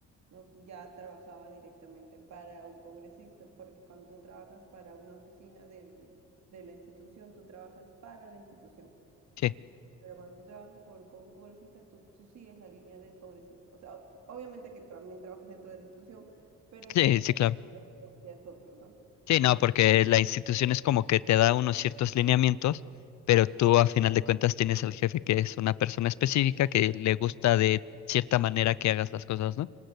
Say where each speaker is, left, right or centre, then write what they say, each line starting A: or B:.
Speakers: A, on the right; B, on the left.
A: ¿no? Ya trabajaba directamente para un congresista, porque cuando tú trabajas para una oficina del- de la institución, tú trabajas para la institución.
B: Sí,
A: Pero cuando tú trabajas por, con un congresista, tú, tú sigues la línea del congresista. O sea, o- obviamente que también trabajas dentro de la institución, pero ya
B: sí,
A: tu
B: sí,
A: jefe
B: claro.
A: ya es otro, ¿no?
B: Sí, no,
A: Entonces-
B: porque la institución es como que te da unos ciertos lineamientos, pero tú a final de cuentas tienes al jefe que es una persona específica que le gusta de cierta manera que hagas las cosas, ¿no?